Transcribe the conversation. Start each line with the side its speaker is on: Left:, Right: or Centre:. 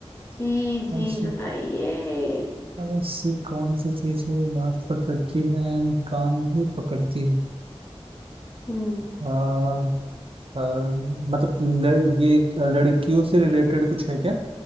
Left: जी जी
Right: ऐसी
Left: बताइए
Right: ऐसी कौन सी चीज है जो नाक पर चढ़ती है and कान भी पकड़ती है
Left: हम्म
Right: आ, आ, मतलब लड़, ये एक लड़कियों से रिलेटेड कुछ है क्या